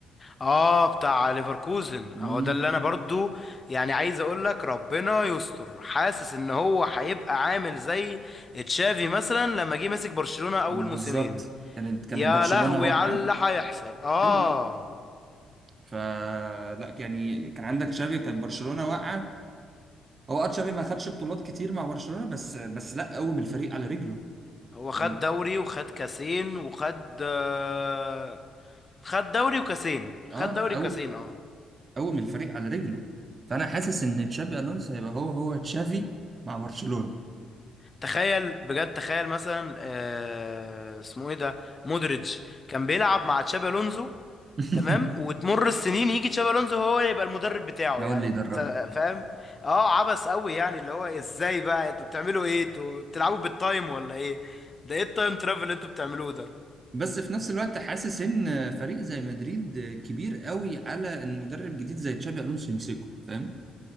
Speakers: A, on the left; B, on the right.
A: اه بتاع ليفركوزن
B: امم
A: اهو ده اللي انا برضو يعني عايز اقول لك ربنا يستر حاسس ان هو هيبقى عامل زي تشافي مثلا لما جه مسك برشلونة اول
B: بالظبط
A: موسمين
B: كانت كانت
A: يا
B: برشلونه
A: لهوي
B: واقعه
A: على اللي هيحصل اه
B: ايوه لا فلا يعني كان عندك تشابي كانت برشلونه واقعه هو اه تشابي ما خدش بطولات كتير مع برشلونه بس بس لا قوم الفريق على رجله
A: هو خد
B: أو...
A: دوري وخد كاسين وخد آه خد دوري وكاسين
B: اه
A: خد
B: لا
A: دوري
B: أو...
A: وكاسين اه
B: قوم الفريق على رجله فانا حاسس ان تشابي الونسو هيبقى هو هو تشافي مع برشلونه
A: تخيل بجد تخيل مثلا آه اسمه ايه ده مودريتش كان بيلعب مع تشابي الونزو
B: <laughs>
A: تمام وتمر السنين يجي تشابي الونزو هو يبقى المدرب بتاعه
B: ده
A: يعني
B: هو اللي يدربه
A: ت- فاهم اه عبث قوي يعني اللي هو ازاي بقى انتوا بتعملوا ايه انتوا بتلعبوا بالتايم ولا ايه ده ايه التايم ترافل اللي انتوا بتعملوه ده
B: بس في نفس الوقت حاسس ان فريق زي مدريد كبير قوي على ان مدرب جديد زي تشابي الونسو يمسكه فاهم